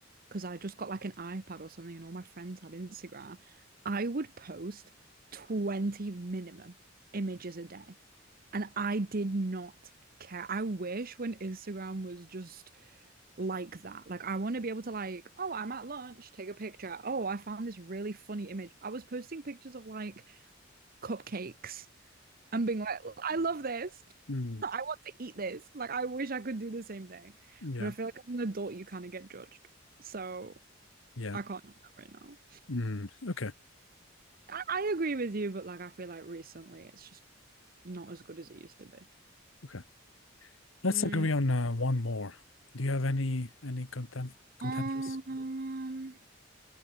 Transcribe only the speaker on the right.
because I just got like an iPad or something and all my friends had Instagram, I would post 20 minimum images a day. And I did not care. I wish when Instagram was just like that. Like I want to be able to like, oh, I'm at lunch, take a picture. Oh, I found this really funny image. I was posting pictures of like cupcakes and being like, I love this.
<laughs> I want to eat this. Like I wish I could do the same thing.
But I feel like as an adult you kind of get judged. So
I can't do that right now.
I, I agree with you, but like I feel like recently it's just not as good as it used to be.
Mm,
um,